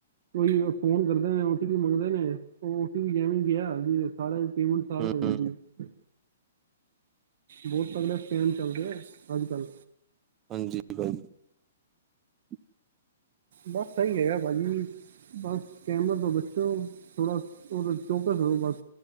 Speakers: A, on the right; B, on the right.
A: ਕੋਈ ਫੋਨ ਕਰਦੇ ਨੇ, ਓਟੀ ਪੀ ਮੰਗਦੇ ਨੇ, ਉਹ ਓਟੀ ਪੀ ਜਿਵੇਂ ਗਿਆ, ਵੀ ਸਾਰੇ ਪੇਮਟ ਸਾਫ਼,
B: ਹੂੰ
A: ਹੋ ਜਾਂਦੀ ਏ ਬਹੁਤ ਅੰਦਰ ਸਕੇਨ ਚੱਲ ਰਿਹਾ, ਅੱਜ ਕੱਲ
B: ਹਾਂਜੀ। ਠੀਕ ਜੀ, <inaudible> <unintelligible>
A: ਸਭ ਸਹੀ ਹੈਗਾ, ਭਾਜੀ। ਬਸ ਸਕੇਮਰ ਤੋਂ ਬੱਚਉ ਥੋੜਾ ਚੌਕਸ ਰਹੋ ਬਸ?